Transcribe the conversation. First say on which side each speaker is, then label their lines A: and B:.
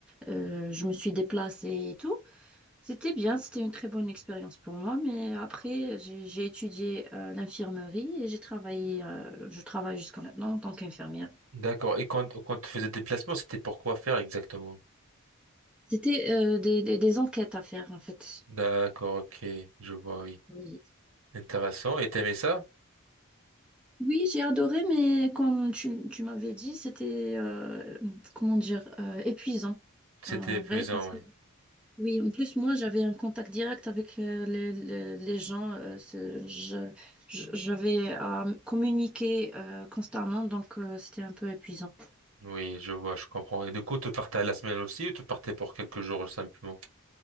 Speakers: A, in the centre; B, on the right.
A: euh, je me suis déplacée et tout. C'était bien, c'était une très bonne expérience pour moi, mais après, j'ai j'ai étudié euh, l'infirmerie et j'ai travaillé, euh, je travaille jusqu'à maintenant en tant qu'infirmière.
B: D'accord. Et quand, quand tu faisais des déplacements, c'était pour quoi faire exactement?
A: C'était euh, des, des- des enquêtes à faire, en fait.
B: D'accord, ok. Je vois, oui.
A: Oui.
B: Intéressant. Et t'aimais ça?
A: Oui, j'ai adoré, mais comme tu, tu m'avais dit, c'était, euh, comment dire, euh, épuisant.
B: C'était
A: En
B: épuisant,
A: vrai, parce que,
B: oui.
A: oui, en plus, moi, j'avais un contact direct avec euh, les, les- les gens. euh, c'est- je- je- j'avais à communiquer euh, constamment, donc euh, c'était un peu épuisant.
B: Oui, je vois, je comprends. Et du coup, tu partais à la semaine aussi ou tu partais pour quelques jours simplement?